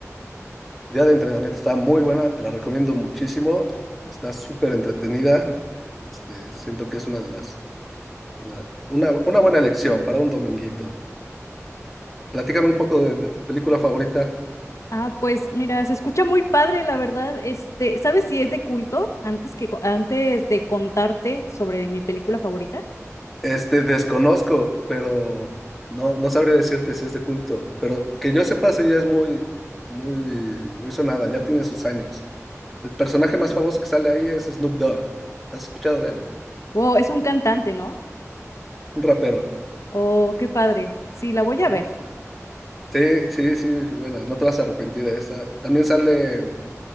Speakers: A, in the centre; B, on the left.
A: Día de entrenamiento está muy buena, te la recomiendo muchísimo, está súper entretenida, este, siento que es una de las, de la- una, una buena elección para un dominguito. Platícame un poco de, de tu película favorita.
B: Ah, pues mira, se escucha muy padre, la verdad. Este, ¿sabes si es de culto? Antes que co- antes de contarte sobre mi película favorita.
A: Este, desconozco, pero no, no sabría decirte si es de culto. Pero que yo sepa, sí ya es muy, muy, muy sonada, ya tiene sus años. El personaje más famoso que sale ahí es Snoop Dogg. ¿Has escuchado de él?
B: Wow, es un cantante, ¿no?
A: Un rapero.
B: Oh, qué padre. Sí, la voy
A: Ujú.
B: a ver.
A: Sí, sí, sí, vela, no te vas a arrepentir de esa. También sale,